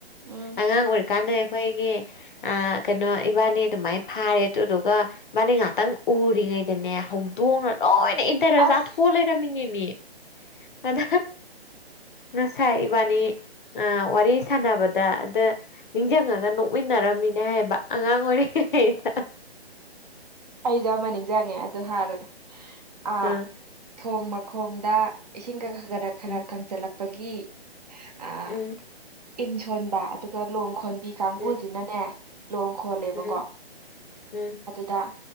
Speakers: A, on the right; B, on the left.
A: ꯎꯝ
B: ꯑꯉꯥꯡ ꯑꯣꯏꯔꯤꯀꯥꯟꯗ ꯑꯩꯈꯣꯏꯒꯤꯑꯥ ꯀꯩꯅꯣ ꯏꯕꯥꯅꯤ ꯑꯗꯨꯃꯥꯏ ꯐꯥꯔꯦ ꯑꯗꯨꯗꯨꯒ ꯏꯕꯅꯤ ꯉꯛꯇꯪ ꯎꯔꯤꯉꯩꯗꯅꯦ ꯍꯧꯗꯣꯡꯅ ꯂꯣꯏꯅ ꯏꯟꯇꯔꯅ
A: ꯑꯁ
B: ꯆꯊꯣꯛ ꯑ ꯂꯩꯔꯃꯤꯅꯤꯃꯤ ꯑꯗ ꯉꯁꯥꯏ ꯏꯕꯥꯅꯤꯑꯥ ꯋꯥꯔꯤ ꯁꯥꯟꯅꯕꯗ ꯑꯗ ꯅꯤꯡꯁꯤꯡꯉꯒ ꯅꯣꯛꯃꯤꯟꯅꯔꯝꯃꯤ ꯅꯦꯕꯥꯍꯥꯏꯕ ꯑꯉꯥꯡ ꯑꯣꯏꯔꯤꯉꯩꯗ
A: ꯑꯩꯁꯨ ꯑꯃ ꯅꯤꯡꯁꯤꯛꯑꯦ ꯑꯗꯨ ꯍꯥꯏꯔꯒ ꯑꯥ
B: ꯎꯝ
A: ꯊꯣꯡ ꯃꯈꯣꯡꯗ ꯏꯁꯤꯡꯒ ꯈ ꯈꯔ ꯈꯔ
B: ꯎꯝ
A: ꯀꯪꯁꯤꯜꯂꯛꯄꯒꯤ ꯑꯥ
B: ꯎꯝ
A: ꯏꯟ ꯁꯣꯟꯕ ꯑꯗꯨꯒ ꯂꯣꯡ ꯈꯣꯟꯕꯤ ꯀꯥꯡꯕꯨꯁꯤꯅꯅꯦ
B: ꯎꯝ
A: ꯂꯣꯡ ꯈꯣꯜꯂꯦꯕꯀꯣ
B: ꯎꯝ ꯎꯝ
A: ꯗ